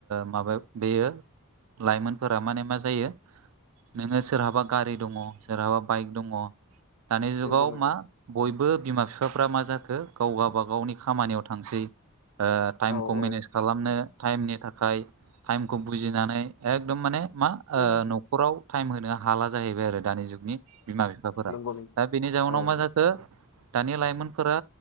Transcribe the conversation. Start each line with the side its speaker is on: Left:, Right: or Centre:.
Right: माबा बेयो लाइमोनफोरा माने मा जायो नोङो सोरहाबा गारि दङ सोरहाबा बाइक दङ दानि जुगाव
Left: नंगौ नंगौ
Right: मा बयबो बिमा बिफाफ्रा मा जाखो गाव गाबा गावनि खामानियाव थांसै टाइमखौ
Left: औ औ
Right: मेनेज खालामनो टाइमनि थाखाय टाइमखौ बुजिनानै एकदम माने मा न
Left: औ
Right: न'खराव टाइम होनो हाला जाहैबाय आरो दानि जुगनि बिमा बिफाफोरा
Left: नंगौ नंगौ
Right: दा बेनि जाउनाव
Left: औ
Right: मा जाखो दानि लाइमोनफोरा